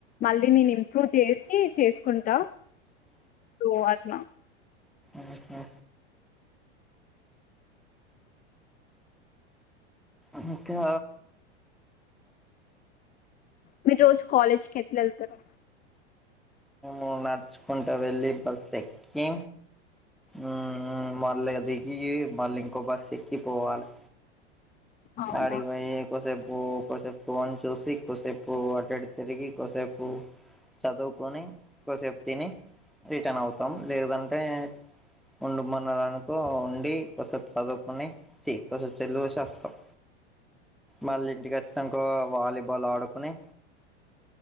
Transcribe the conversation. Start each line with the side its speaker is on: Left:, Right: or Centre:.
Left: మళ్ళీ నేను ఇంప్రూవ్ చేసి చేసుకుంటా సో అట్లా
Centre: ఆహా ఇంకా
Left: మీరు రోజు కాలేజ్ కి ఎట్లా వెళ్తారు
Centre: ఉ నడుచుకుంటా వెళ్ళి బస్ ఎక్కి ఊ మళ్ళీ దిగి మళ్ళీ ఇంకో బస్ ఎక్కి పోవాలి
Left: అవునా
Centre: అడికి పోయి కోసేపు ఒ కోసేపు ఫోన్ చూసి కొసేపు అటు ఇటు తిరిగి కోసేపు చదువుకొని కోసేపు తిని రిటర్న్ అవుతాం లేదంటే ఉండు మన్నడానుకో ఉండి కొసపు చదువుకొని చి కోసేపు సెల్ చూసి వస్తాం మళ్ళీ ఇంటికి వచ్చినకా వాలీబాల్ ఆడుకొన్ని